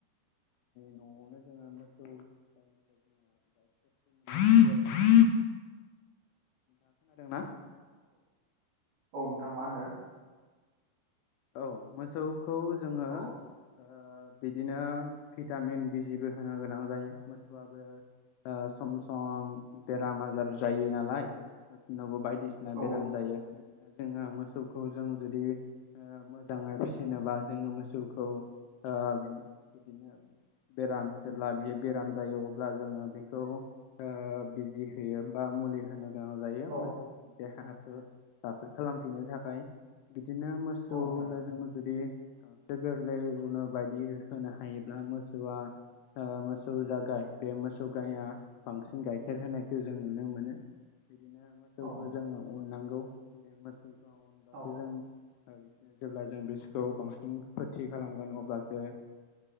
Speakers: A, on the left; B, on the right.
A: न'आवनो जोङो ओ मोसौ गायनिफ्राय जोङो गायखेरखौ मोननाय नोंथां आ खोनादोंना
B: औ नोंथां मा होनदों
A: औ मोसौखौ जोङो
B: औ
A: ओ बिदिनो भिटामिन बिजिबो होनो गोनां जायो मोसौआबो ओ सम सम बेराम आजार जायो नालाय मोसौनावबो बायद बायदिसिना
B: औ
A: बेराम जायो बिदिनो जोङो मोस मोसौखौ जों जुदि मोजाङै फिसिनोबा जोङो मोसौखौ ओ बिदिनो बेराम जेब्ला बे बेराम जायो अब्ला जोङो बेखौ ओ बिजि होयो बा मुलि होनो गोनां जायो
B: औ
A: मोसौनि देहाखौ राफोद खालामफिननो थाखाय बिदिनो मोसौनो
B: औ नोंथां
A: जों जुदि गोरलैआवनो बायदि होनो हायोब्ला मोसौआ ओ मोसौ जा गाइ बे मोसौ गाइआ बांसिन गाइखेर होनायखौ जों नुनो मोनो बिदिनो मोसौखौ
B: औ नोंथां
A: जोङो अननांगौ बे मोसौखौ अनबासो
B: औ
A: जों ओ बिसिनो जेब्ला जों बिसोरखौ बांसिन फोथि खालामगोन अब्लासो